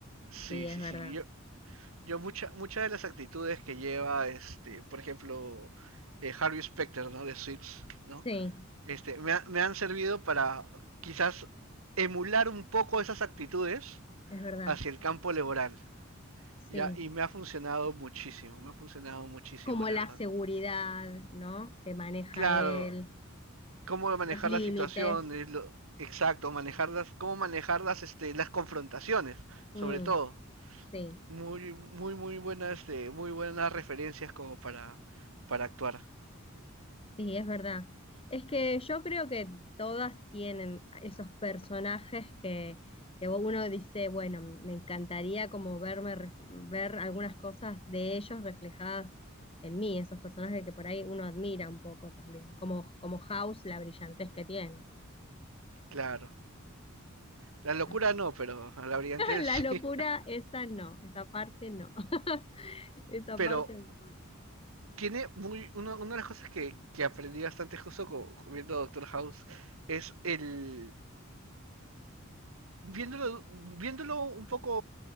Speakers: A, on the right; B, on the left.
A: Sí,
B: sí, es
A: sí,
B: verdad.
A: sí. Yo, yo mucha, muchas de las actitudes que lleva, este, por ejemplo, eh, Harvey Specter, ¿no? De Suits, ¿no?
B: Sí,
A: Este, me, ha- me han servido para quizás emular un poco esas actitudes
B: es verdad,
A: hacia el campo laboral,
B: sí.
A: ¿ya? Y me ha funcionado muchísimo, me ha funcionado muchísimo,
B: Como
A: la
B: la
A: verdad.
B: seguridad, ¿no? Que maneja
A: Claro,
B: él,
A: cómo manejar
B: los límites.
A: las situaciones, lo- exacto, manejarlas, cómo manejar las, este, las confrontaciones, sobre
B: Mm,
A: todo.
B: sí,
A: Muy, muy, muy buenas, este, muy buenas referencias como para, para actuar,
B: Sí, es verdad. Es que yo creo que todas tienen esos personajes que, que uno dice, bueno, me encantaría como verme, ref- ver algunas cosas de ellos reflejadas en mí, esos personajes que por ahí uno admira un poco también, como, como House, la brillantez que tiene.
A: claro. La locura
B: <laughs>
A: no, pero a la brillante
B: La
A: sí.
B: locura,
A: <laughs>
B: esa no, esa parte no. <laughs> Esa
A: Pero
B: parte no.
A: tiene muy, una, una de las cosas que, que aprendí bastante justo co- viendo Doctor House es el, viéndolo, viéndolo un poco